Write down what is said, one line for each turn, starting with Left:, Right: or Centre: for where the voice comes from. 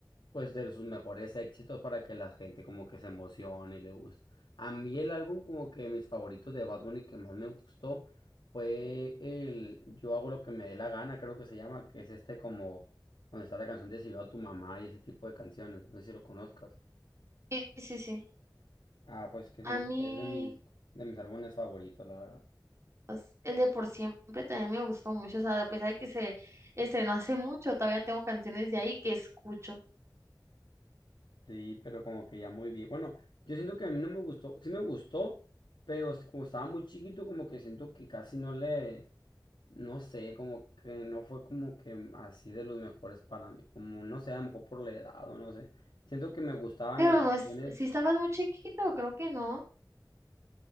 Left: pues de sus mejores éxitos para que la gente como que se emocione y le guste. A mí el álbum como que mis favoritos de Bad Bunny que más me gustó fue el Yo hago lo que me dé la gana, creo que se llama, que es este como donde está la canción de Si veo a tu mamá y ese tipo de canciones, no sé si lo conozcas.
Right: sí, sí, sí.
Left: Ah, pues que
Right: A
Left: siento
Right: mí,
Left: que es de mis de mis álbumes favoritos, la verdad.
Right: pues, el de Por Siempre también me gustó mucho, o sea, a pesar de que se estrenó hace mucho, todavía tengo canciones de ahí que escucho.
Left: Sí, pero como que ya muy bien. Bueno, yo siento que a mí no me gustó, sí me gustó, pero es como estaba muy chiquito como que siento que casi no le No sé, como que no fue como que así de los mejores para mí, como no sé, a lo mejor por la edad o no sé. Siento que me gustaban
Right: Pero
Left: las canciones,
Right: no es, si estabas muy chiquito, creo que no,